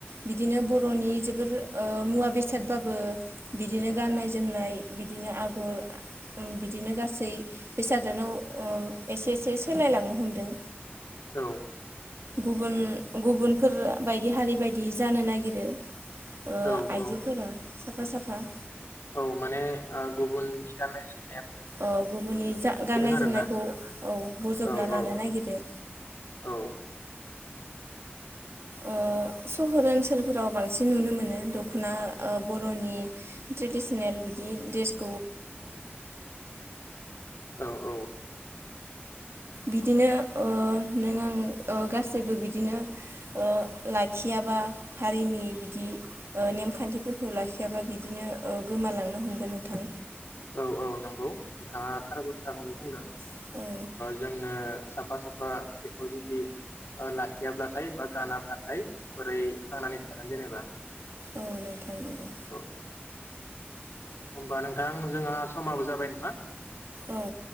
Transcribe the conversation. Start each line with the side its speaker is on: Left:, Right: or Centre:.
Right: बिदिनो बर'नि जोबोर ओ मुवा बेसादबाबो बिदिनो गाननाय जोमनाय बिदिनो आगर बिदिनो गासै बेसादोनाव ओ एसे एसे सोलायलांनो हमदों।
Left: औ।
Right: गुबुन गुबुनफोर बायदि हारि बायदि जानो नागिरो। ओ
Left: औ
Right: आइजोफोरा।
Left: औ
Right: साफा साफा।
Left: औ माने गुबुन ज <unintelligible>
Right: औ गुबुननि जा गाननाय
Left: आरोना
Right: जोमनायखौ औ बजबना
Left: औ
Right: लानो
Left: औ
Right: नागिरो
Left: औ
Right: ओ सहर ओनसोलफोराव बांसिन नुनो मोनो दखना बर'नि ट्रेडिसनेल बिदि द्रेसखौ
Left: औ औ
Right: बिदिनो नों आं गासैबो बिदिनो लाखियाबा हारिनि बिदि नेमखान्थिफोरखौ लाखियाबा बिदिनो गोमालांनो हमगोन नोंथां।
Left: औ औ नंगौ नोंथांङा थार बाथ्राखौनो बुंदों।
Right: औ
Left: जोंनो साफा साफा बेखौ जुदि ओ लाखियाब्लाथाय बा गानाब्लाथाय बोरै थांनानै थागोन जेनेबा?
Right: औ नोंथां नंगौ
Left: औ होमबा नोंथां जोंहा समाबो जाबाय नामा
Right: औ